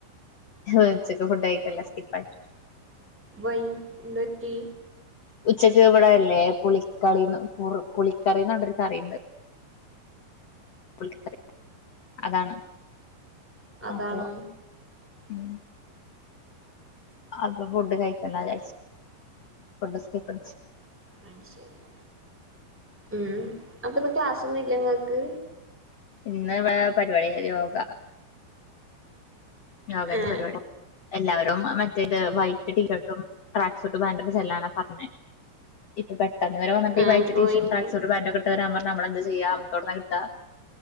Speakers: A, on the left (about 60°); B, in the centre.
A: ഉച്ചക്ക് ഫുഡായി ല്ലാ സ്കിപ്പാക്കി
B: വൈഎന്തറ്റി
A: ഉച്ചക്ക് ഇവിടെയല്ലേ പുളിക്കളി ഉ പുർ പുളിക്കാറീന്ന് ന്നോട്ടൊരു ഒരു കറിയ്ണ്ട് പുളിക്കറി അതാണ്
B: അതാണ്
A: അപ്പൊ ഉം അപ്പൊ ഫുഡ് കഴിക്കണ്ല്ലാ വിചാരിച്ച് ഫുഡ് സ്കിപ്പടിച്ചു
B: ആ ശരി ഉം അപ്പൊ ഇന്ന് ക്ലാസ് ഒന്നും ഇല്ല ഇങ്ങക്ക്
A: ഇന്ന് ഇവിടെ പരിപാടിയ യോഗ യോഗേന്റെ
B: ഏഹ്
A: പരിപാടി എല്ലാവരും മറ്റേത് വൈറ്റ് ടീഷർട്ടും ട്രാക്ക് സൂട്ട് പാന്റും ഇട്ട് ചെല്ലാനാ പറഞ്ഞത് ഇത് പെ അന്നു വരെ വന്നിട്ട് ഈ
B: ആന്റ്
A: വൈറ്റ്
B: പോയില്ലേ
A: ടീ ഷർട്ടും ട്രാക്ക് സ്യുട്ട് പാന്റും ഇട്ട് വരാൻ പറഞ്ഞ നമ്മള് എന്തു ചെ ചെയ്യാ നമ്മക്കെവിടുന്നാ കിട്ടാ